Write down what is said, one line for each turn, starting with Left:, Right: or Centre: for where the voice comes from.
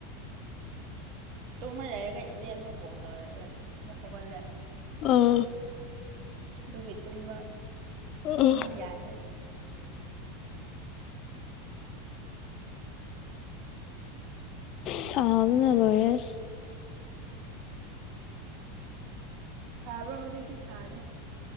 Right: ꯇꯨꯝꯃ ꯂꯩꯔꯒ ꯏꯆꯦ ꯑꯃꯨꯛ ꯀꯣꯜ ꯇꯧꯔꯦ ꯑꯃꯨꯛ ꯍꯧꯒꯠꯂꯦ
Left: ꯎꯝ
Right: ꯑꯗꯨꯒꯤ ꯇꯨꯝꯕ
Left: ꯑ
Right: ꯑꯃꯨꯛ ꯌꯥꯗ꯭ꯔꯦ
Left: ꯆꯥꯕꯅ ꯂꯣꯏꯔꯦꯁ
Right: ꯁꯥꯕ꯭ꯔꯣ ꯍꯧꯖꯤꯛꯇꯤ ꯁꯥꯁꯦ